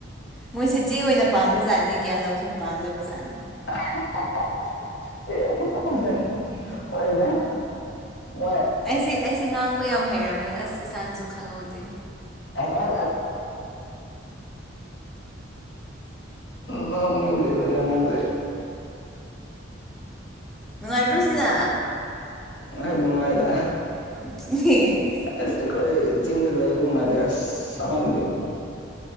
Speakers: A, in the centre; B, on the left.
A: ꯃꯣꯏꯁꯦ ꯆꯦ ꯑꯣꯏꯅ ꯄꯥꯝꯕ ꯖꯥꯠꯅꯤ ꯒ꯭ꯌꯥꯟ ꯂꯧꯁꯤꯡ ꯄꯥꯝꯗꯕꯖꯥꯠꯅꯤ
B: <unintelligible> ꯆꯦ ꯑꯣꯏꯅ ꯄꯥꯝꯕꯖꯥꯠꯅꯤ ꯍꯣꯏꯗ ꯍꯣꯏ
A: ꯑꯩꯁꯦ ꯑꯩꯁꯦ ꯉꯥꯡꯕ ꯌꯥꯝ ꯍꯩꯔꯝꯃꯦ ꯑꯁ ꯏꯁꯥꯅꯁꯨ ꯈꯪꯍꯧꯗꯦ
B: ꯑꯁ ꯑꯁ‌ ꯑꯠ ꯃꯡꯅꯤꯡꯗꯦꯗ ꯅꯪꯗꯤ
A: ꯅꯨꯡꯉꯥꯏꯇ꯭ꯔꯣ ꯁꯤꯅ
B: ꯅꯨꯡꯉꯥꯏ ꯅꯨꯡꯉꯥꯏꯗ
A: ꯑꯗꯨꯅꯦ
B: ꯑꯁ ꯑꯩꯈꯣꯏ ꯆꯤꯡꯗ ꯂꯩꯕ ꯅꯨꯡꯉꯥꯏꯇꯦ ꯑꯁ ꯁꯥꯃꯟꯕꯒꯤ